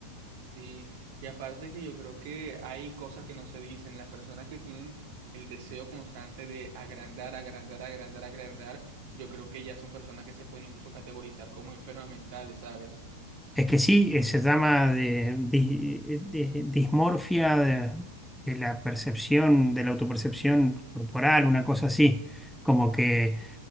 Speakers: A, on the right; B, in the centre.
A: Y, y aparte que yo creo que hay cosas que no se dicen. Las personas que tienen el deseo constante de agrandar, agrandar, agrandar, agrandar, yo creo que ya son personas que se pueden incluso categorizar como enfermas mentales, ¿sabes?
B: Es que sí, eh, se llama de, di- de- dismorfia de, de la percepción, de la autopercepción corporal, una cosa así, como que